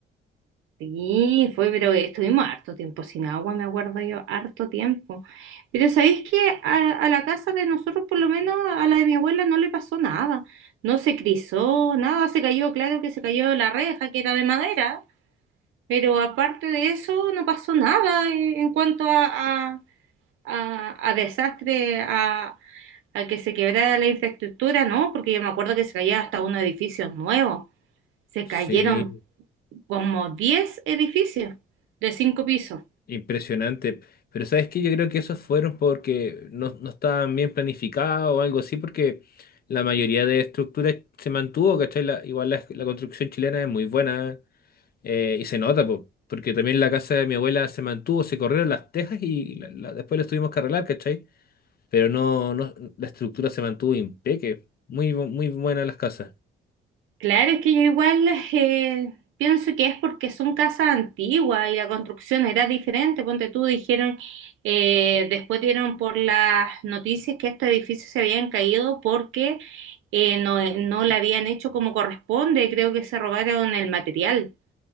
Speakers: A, on the right; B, on the left.
A: sí, fue, pero estuvimos harto tiempo sin agua, me acuerdo yo, harto tiempo. Pero sabéis que a, a la casa de nosotros, por lo menos a la de mi abuela, no le pasó nada, no se crisó, nada, se cayó, claro que se cayó la reja que era de madera Pero aparte de eso, no pasó nada eh, en cuanto a, a, a- a desastre, a, a que se quebrara la infraestructura, ¿no? Porque yo me acuerdo que se caía hasta unos edificios nuevos. Se
B: Sí,
A: cayeron como 10 edificios de 5 pisos.
B: impresionante. Pero ¿sabes qué? Yo creo que esos fueron porque no, no estaban bien planificados o algo así, porque la mayoría de estructuras se mantuvo, ¿cachai? La- igual la, la construcción chilena es muy buena eh, y se nota, po, porque también la casa de mi abuela se mantuvo, se corrieron las tejas y la- la- después las tuvimos que arreglar, ¿cachai? Pero no, no, la estructura se mantuvo impeque. Muy, bu- muy buenas las casas.
A: Claro, es que yo igual eh, pienso que es porque son casas antiguas y la construcción era diferente. Ponte tú, dijeron, eh, después dieron por las noticias que estos edificios se habían caído porque eh, no, no la habían hecho como corresponde. Creo que se robaron el material.